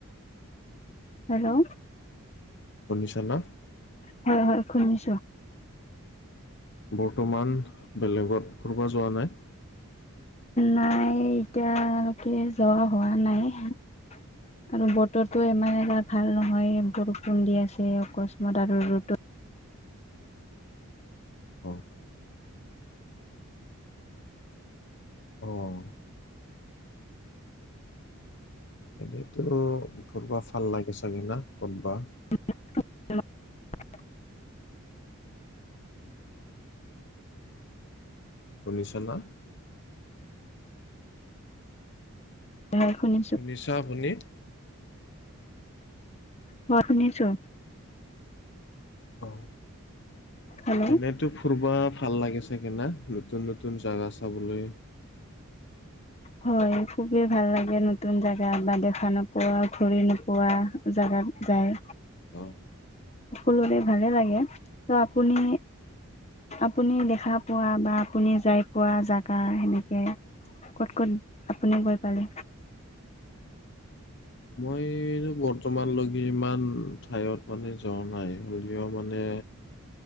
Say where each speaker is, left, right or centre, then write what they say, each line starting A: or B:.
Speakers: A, on the left; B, on the left.
A: হেল্ল
B: শুনিছ না
A: হয় হয়, শুনিছোঁ।
B: বৰ্তমান বেলেগত ক'বাত যোৱা নাই।
A: নাই এতিয়ালৈকে যোৱা হোৱা নাই আৰু বত বতৰটো ইমান এটা ভাল নহয়, বৰষুণ দি আছে। অকস্মাত আৰু ৰ'দত
B: অহ অহ এইটোয়েতো ফুৰবা ভাল লাগে চাগে না, কৰবাত
A: <unintelligible>
B: শুনিছা না।
A: হয়, শুনি
B: শুনিছা আপুনি
A: হয়, শুনিছোঁ।
B: অহ,
A: হেল্ল'
B: তেন্তে টো ফুৰবা ভাল লাগে চাগে না, নতুন নতুন জাগা চাবলে
A: হয় খুবেই ভাল লাগে, নতুন জেগা বা দেখা নোপোৱা ঘূৰি নোপোৱা জাগাত যায়
B: অহ
A: সকলোৰে ভালে লাগে। তহ আপুনি আপুনি দেখা পোৱা বা আপুনি যাই পোৱা জেগা সেনেকে ক'ত ক'ত আপুনি গৈ পালে
B: মইটো বৰ্তমানলৈকে ইমান ঠাইত মানে যোৱা নাই, হ'লেও মানে